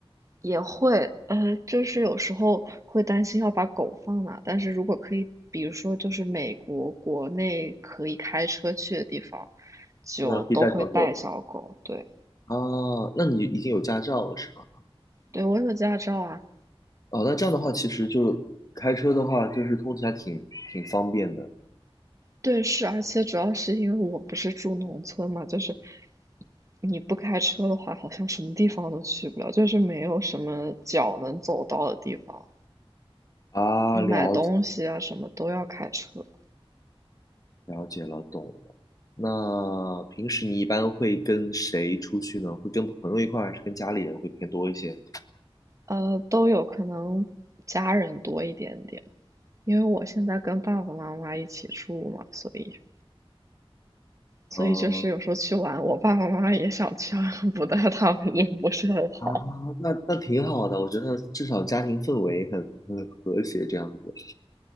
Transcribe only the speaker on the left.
那可以带小狗。
啊，那你已经有驾照了是吗？
哦，那这样的话，其实就开车的话，就是通勤还挺挺方便的
啊。
了解了解了，懂了。那平时你一般会跟谁出去呢？会跟朋友一块儿，还是跟家里人会偏多一些？
嗯
啊，那那挺好的，我觉得至少家庭氛围很很和谐这样子。